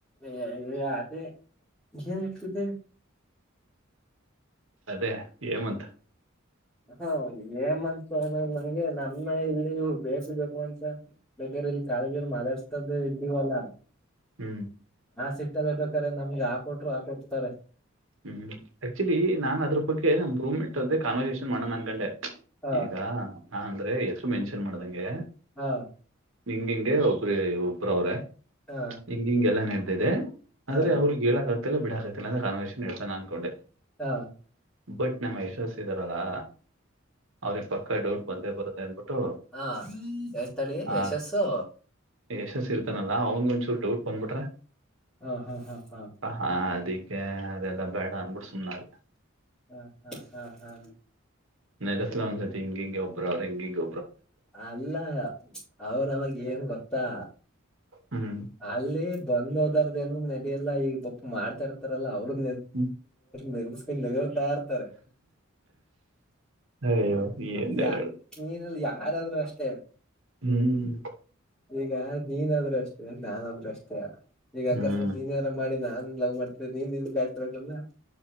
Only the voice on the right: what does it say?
ಅದೇ ಹೇಮಂತ್
ಹ್ಮ್
ಹ್ಮ್ ಆಕ್ಚುಲಿ ನಾನ್ ಅದ್ರ ಬಗ್ಗೆ ನಮ್ ರೂಮ್ ಜೊತೆ ಕಾನ್ವರ್ಸೇಷನ್ ಮಾಡೋಣ ಅನ್ಕಂಡೆ
ಈಗ ನಾ ಅಂದ್ರೆ ಹೆಸರು ಮೆನ್ಷನ್ ಮಾಡ್ದಂಗೆ
ಹಿಂಗ ಹಿಂಗಿ ಒಬರು ಒಬ್ರ ಅವ್ರ
ಹಿಂಗ ಹಿಂಗೆಲ್ಲಾ ನೆಡದಿದೆ ಆದ್ರೆ
ಅವ್ರಗ್ ಹೇಳೇಳಕ ಆಗ್ತಿಲ್ಲ ಬಿಡಕ್ ಆಗ್ತಿಲ್ಲ ಅಂತ ಕಾನ್ವರ್ಸೇಶನ ನೆಡ್ಸೋಣ ಅನ್ಕೊಂಡೆ
ಬಟ್ ನಮ್ಮ ಯಶಸಿದಾರಲ್ಲಾ ಅವ್ರಿಗೆ ಪಕ್ಕ ಡೌಟ್ ಬಂದೇ ಬರುತ್ತೆ ಅನ್ಬಿಟ್ಟು
ಆ
ಯಶಸ್ಸ ಇರ್ತಾನಲ್ಲ ಅವನಿಗೊಂದು ಚೂರ್ ಡೌಟ್ ಬಂದ್ಬಿಟ್ರ
ಹ ಅದಿಕ್ಕೆ ಅದೆಲ್ಲ ಬೇಡ ಅಂದ್ಬಿಟ್ ಸುಮ್ನಾದೆ
ನಗಸ್ಲ ಅವನ ಜೊತೆ ಇಂಗಿಂಗೆ ಒಬ್ರು ಅವರೇ ಇಂಗಿಂಗ್
ಹ್ಮ್
ಹ್ಮ್.
ಅಯ್ಯೋ ಏನ್
ಹ್ಮ್
ಹ್ಮ್